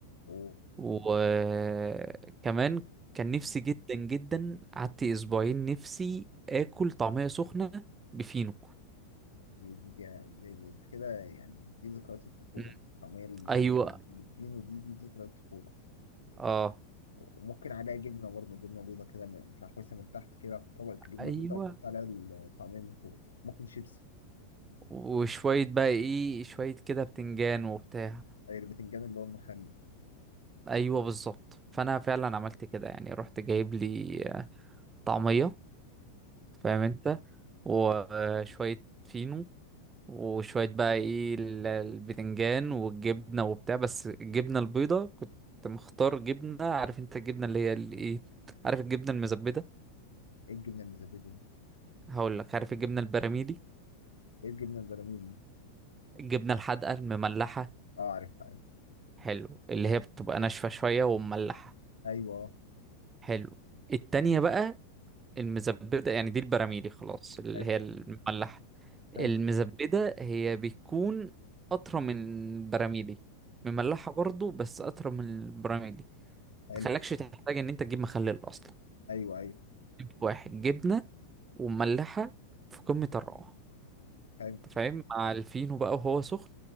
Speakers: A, on the left; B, on the right.
A: أوه،
B: وكمان كان نفسي جدا جدا قعدت اسبوعين نفسي اكل طعمية سخنة بفينو
A: دي دي دي, دي, دي انت كده يعني دي ذكريات الطفوله
B: مم.
A: طعميه ال-
B: ايوه
A: الفينو دي دي ذكريات الطفوله
B: اه
A: وممكن عليها جبنه برضه جبنه بيضه كده م- متلحوسه من تحت كده في طبق جبنه
B: ايوه
A: بيضه وتحط عليها الطعميه من فوق ممكن شيبسي
B: وشوية بقى ايه شوية كده بتنجان وبتاع
A: أي البتنجان اللي هو المخلي
B: ايوه بالظبط فانا فعلا عملت كده يعني رحت جايب لي آه، طعمية فاهم انت وشوية فينو وشوية بقى ايه ال- البتنجان والجبنة وبتاع بس الجبنة البيضة كنت مختار جبنة عارف انت الجبنة اللي هي الايه عارف الجبنة المزبدة
A: ايه الجبنه المزبده
B: هقول لك عارف الجبنة البراميلي
A: ايه الجبنه البراميل
B: الجبنة الحادقة المملحة
A: اه عارفها عارف.
B: حلو اللي هي بتبقى ناشفة شوية ومملحة
A: ايوه
B: حلو التانية بقى المزبدة يعني دي البراميلي خلاص اللي
A: حلو
B: هي المملحة
A: حلو
B: المزبدة هي بتكون أطرى من البراميلي مملحة برضو بس أطرى من البراميلي
A: حلو
B: تخليكش تحتاج ان انت تجيب مخلل اصلا
A: ايوه ايوه
B: جبت واحد جبنه ومملحه في قمه الروعه
A: حلو
B: انت فاهم مع الفينو بقى وهو سخن